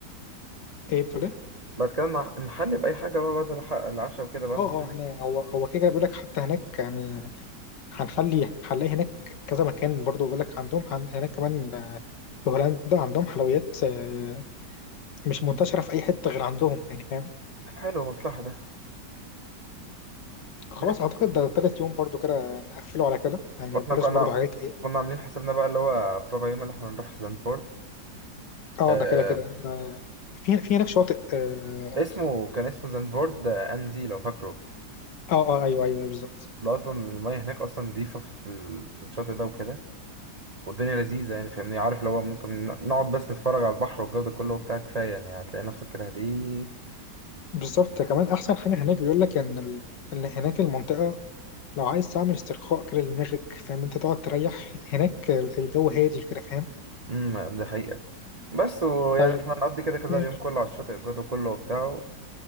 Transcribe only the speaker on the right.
بعد كده نح- نحلي بأي حاجة بقى بعد الح- العشاء وكده بقى
حلو مصلحة ده
ماشي
واحنا
كنا
كنا عاملين حسابنا بقى اللي هو في ربع يوم اللي احنا هنروح زنفورد
آه
آه، اسمه كان اسمه زنفورد أنزي لو فاكره
اللي اصلا المية هناك اصلا نضيفة في, ال- في الشاطئ ده وكده والدنيا لذيذة يعني فاهمني عارف اللي هو ممكن ن- نقعد بس نتفرج على البحر والجو ده كله وبتاع كفاية يعني هتلاقي نفسك كده هديت
امم ده حقيقة بس ويعني
احنا هنقضي كده كده
اليوم كله على الشاطئ الجو ده كله وبتاع